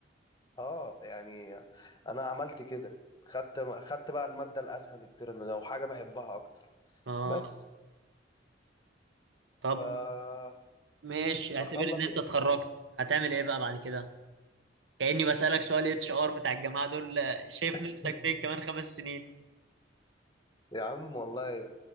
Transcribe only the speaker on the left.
اه يعني انا عملت كده خدت خدت بقى المادة الاسهل الترم ده وحاجة بحبها اكتر
بس
ف
هخلص
الت-
<laughs>
يا عم والله